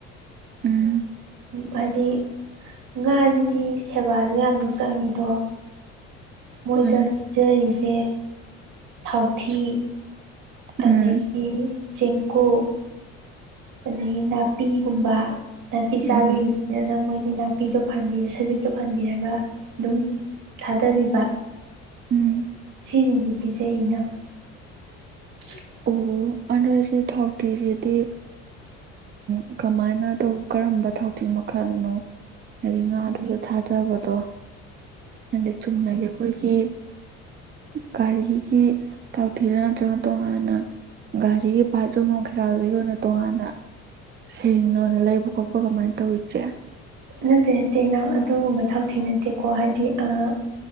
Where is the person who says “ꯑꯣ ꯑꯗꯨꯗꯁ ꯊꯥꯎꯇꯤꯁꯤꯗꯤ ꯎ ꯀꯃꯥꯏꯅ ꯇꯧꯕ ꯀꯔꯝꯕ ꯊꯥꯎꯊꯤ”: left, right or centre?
Right